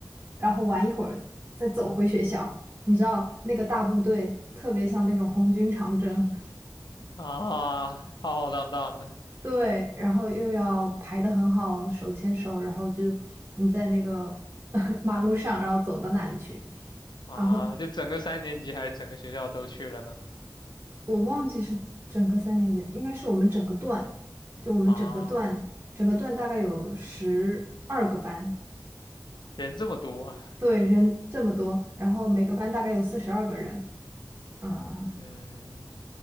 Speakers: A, on the right (about 30°); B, on the left (about 80°).
A: 然后玩一会儿，再走回学校。你知道那个大部队特别像那种红军长征，
B: 啊，浩浩荡荡的
A: 对，然后又要排得很好，手牵手，然后就你在那个 <laughs> 马路上，然后走到那里去。
B: 啊，
A: 然后
B: 就整个三年级还是整个学校都去了呢？
A: 我忘记是整个三年级，应该是我们整个段，就我们整个段，
B: 啊，
A: 整个段大概有十二个班，
B: 人这么多啊，
A: 对，人这么多，然后每个班大概有四十二个人，嗯，
B: 嗯，